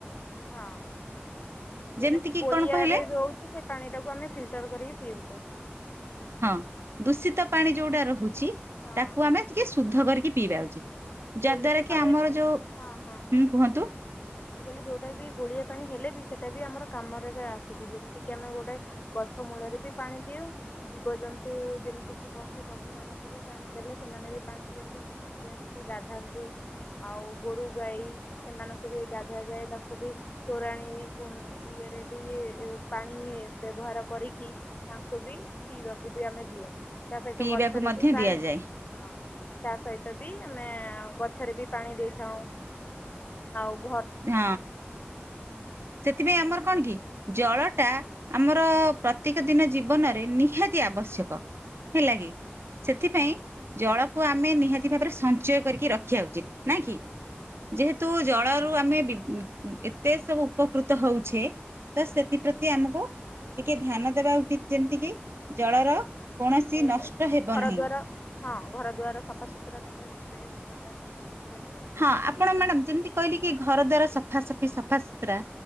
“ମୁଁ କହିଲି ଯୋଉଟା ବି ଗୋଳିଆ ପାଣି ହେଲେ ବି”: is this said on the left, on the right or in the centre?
Left